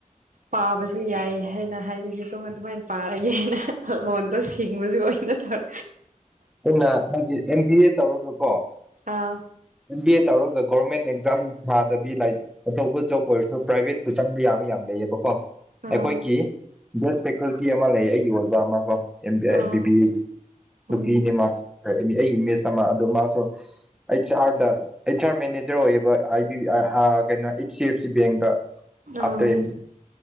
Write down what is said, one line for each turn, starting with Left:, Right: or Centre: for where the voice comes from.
Right: ꯄꯥꯕꯁꯨ ꯌꯥꯏ ꯍꯥꯏꯅ ꯍꯥꯏꯕꯒꯤ ꯑꯗꯨ ꯑꯗꯨꯃꯥꯏꯅ ꯄꯥꯔꯒꯦꯅ ꯂꯣꯟꯗꯣ ꯁꯤꯡꯕꯖꯨ ꯑꯣꯏꯅ ꯇꯧꯔ
Centre: ꯑꯩꯅ ꯑꯩꯒꯤ ꯑꯦꯝ ꯕꯤ ꯑꯦ ꯇꯧꯔꯒꯀꯣ
Right: ꯑꯥ
Centre: ꯑꯦꯝ ꯕꯤ ꯑꯦ ꯇꯧꯔꯒ ꯒꯣꯔꯃꯦꯟ ꯑꯦꯛꯖꯥꯝ ꯊꯥꯗꯕꯤ ꯂꯥꯏꯔꯤꯛ ꯑꯆꯧꯕ ꯖꯣꯕ ꯑꯣꯏꯔꯖꯨ ꯄ꯭ꯔꯥꯏꯚꯦꯠꯄꯨ ꯆꯪꯕ ꯌꯥ ꯌꯥꯝ ꯂꯩꯌꯦꯕꯀꯣ ꯑꯦꯈꯣꯏꯒꯤ
Right: ꯑꯥ
Centre: ꯕꯦꯗ ꯐꯦꯀꯜꯇꯤ ꯑꯃ ꯂꯩꯌꯦ ꯑꯩꯒꯤ ꯑꯣꯖꯥ ꯑꯃ ꯀꯣ M B I
Right: ah
Centre: B B ꯑꯦꯒꯤ ꯅꯨꯄꯤꯅꯦ
Right: ꯎꯝ
Centre: ꯃꯥꯁꯨ ꯑꯩꯒꯤ ꯃꯦꯁ ꯑꯃ ꯑꯗꯣ ꯃꯥꯁꯨ ꯑꯩꯆ ꯑꯥꯔꯗ ꯑꯩꯆ ꯑꯥꯔ ꯃꯦꯅꯦꯖꯔ ꯑꯣꯏꯌꯦꯕ ꯑꯥꯏ ꯕꯤ ꯑꯥꯏ ꯑꯥ ꯀꯩꯅꯣ ꯑꯩꯆ ꯁꯤ ꯑꯦꯐ ꯁꯤ ꯕꯦꯡꯗ
Right: ꯑꯥ
Centre: ꯑꯐꯇꯔ ꯑꯦꯝ ꯕꯤ